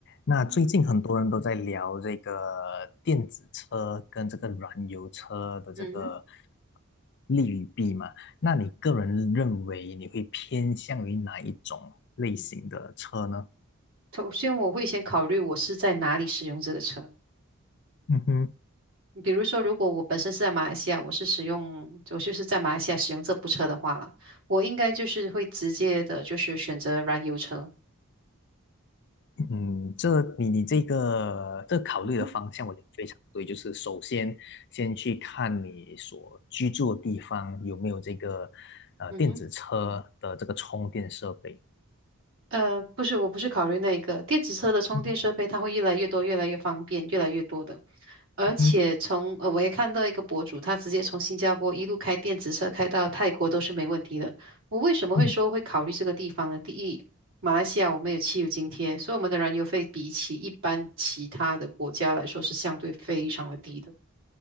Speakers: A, on the left; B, on the right.
A: 那最近很多人都在聊这个电子车跟这个燃油车的这个
B: 嗯嗯哼，
A: 利与弊嘛，那你个人认为你会偏向于哪一种类型的车呢？
B: 首先我会先考虑我是在哪里使用这个车。
A: 嗯哼，
B: 比如说，如果我本身是在马来西亚，我是使用，我就是在马来西亚使用这部车的话了，我应该就是会直接的，就是选择燃油车。
A: 嗯，这你你这个这考虑的方向，
B: 嗯哼，
A: 我觉得非常对。就是首先先去看你所居住的地方有没有这个呃电子车的这个充电设备。
B: 嗯哼。呃，不是，我不是考虑那一个电子车的充电设备，
A: 嗯
B: 它会越来越多，越来越方便，越来越多的。而且从呃，
A: 哼，
B: 我也看到一个博主，他直接从新加坡一路开电子车开到泰国都是没问题的。我为什么会说会考虑这个地方呢？
A: 嗯
B: 第一，马来西亚我们有汽油津贴，所以我们的燃油费比起一般其他的国家来说是相对非常的低的。